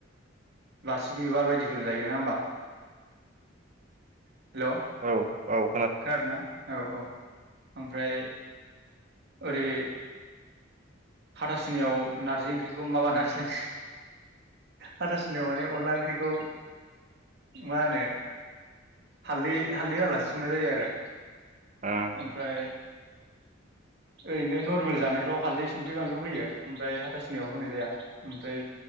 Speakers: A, on the right; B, on the right.
A: बारसिखि बिबार बायदिफोर जायो ना होमबा हेल'
B: औ औ
A: खोनादों ना औ औ ओमफ्राय आरो ओै हाथासुनियाव नारजि ओंख्रिखौ माबा नारजिलाय हाथासुनियाव माने अनला ओंख्रिखौ मा होनो हालदै हालदै होआलासे संनाय जायो आरो
B: ओ
A: ओमफ्राय ओरैनो नर्मेल जानायफ्राव हालदै संख्रि बानलु होयो ओमफ्राय हाथासुनियाव होनाय जाया ओमफ्राय